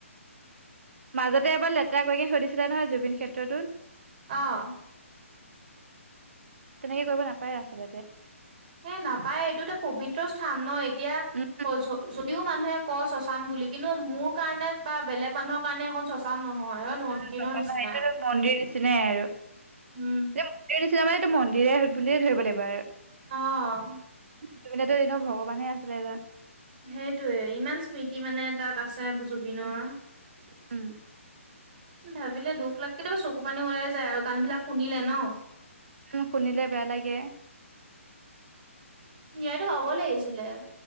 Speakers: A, on the right; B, on the right.
A: মাজতে এবাৰ লেতেৰা কৰিকনে থৈদিছিলে নহয় জুবিন ক্ষেত্ৰতত।
B: অহ।
A: তেনেকে কৰিব নাপায় আচলতে।
B: হে নাপায় এইটো এটা পবিত্ৰ স্থান ন এতিয়া
A: উম
B: যদিও মানুহে ক শশান বুলি কিন্তু মোৰ কাৰণে বা বেলেগ মানুহৰ কাৰণে এখন শশান নহয়। এখন মন্দিৰৰ
A: উচা
B: নিচিনা
A: নয় এইটো মন্দিৰ নিচিনাই আৰু
B: উম
A: মন্দিৰ। চিনেমাৰ এইটো মন্দিৰৰে হ বুলিয়ে ধৰিব লাগিব আৰু।
B: অহ।
A: জুবিনেটো এনেও ভগৱানে আছিলে এজন।
B: সেইটোয়ে ইমান স্মৃতি মানে তাত আছে জুবিনৰ।
A: উম উম
B: ভাবিলে দুখ লাগ কেতিয়াবা চকু পানী ওলাই যায় আৰু গান বিলাক শুনিলে ন।
A: উম শুনিলে বেয়া লাগে।
B: ন্যায়টো পাব লাগিছিলে।